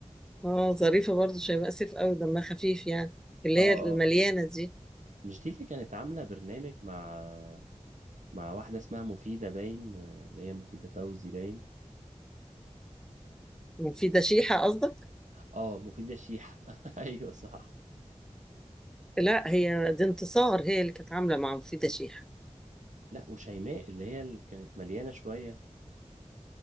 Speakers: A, in the centre; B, on the right (about 75°).
A: اه ظريفه برضه شيماء سيف قوي دمها خفيف يعني اللي
B: اه
A: هي المليانه
B: اه
A: دي
B: مش دي اللي كانت عامله برنامج مع مع واحده اسمها مفيده باين آه، اللي هي مفيده فوزي باين
A: مفيده شيحه قصدك
B: اه مفيدة الشيحة <laughs> ايوه صح
A: لا هي دي انتصار هي اللي كانت عامله مع مفيده شيحه
B: لا وشيماء اللي هي اللي كانت مليانة شوية